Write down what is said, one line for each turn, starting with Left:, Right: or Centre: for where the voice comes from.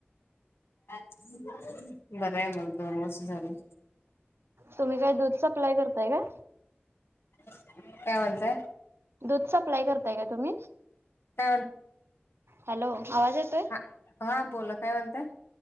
Left: बरं आहे मग दोन वर्ष झाली.
Right: तुम्ही काय दूध सप्लाय करताय का?
Left: काय म्हणताय?
Right: दूध सप्लाय करताय का तुम्ही?
Left: काय
Right: हॅलो आवाज येतोय.
Left: ह हा बोला काय म्हणताय.